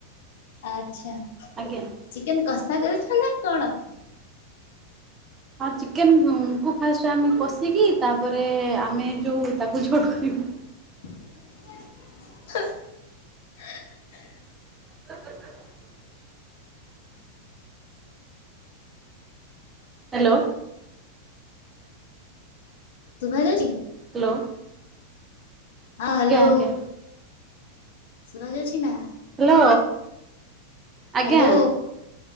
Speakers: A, on the left; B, on the right.
A: ଆଛା।
B: ଆଜ୍ଞା।
A: ଚିକେନ୍ କଷା କରୁଚ ନା କଣ?
B: ହଁ ଚିକେନ୍ କୁକ୍ ଫାଷ୍ଟ ଆମେ କଷିକି ତାପରେ ଆମେ ଯୋଉ ତାକୁ ଝୋଳ କରିବୁ।
A: <inaudible>
B: <inaudible> ହାଲୋ
A: ଶୁଭା ଯାଉଛି।
B: ହାଲୋ
A: ହଁ ହାଲୋ
B: ଆଜ୍ଞା
A: ଶୁଭା ଯାଉଛି ନା?
B: ହାଲୋ ଆଜ୍ଞା
A: ହ୍ୟାଲୋ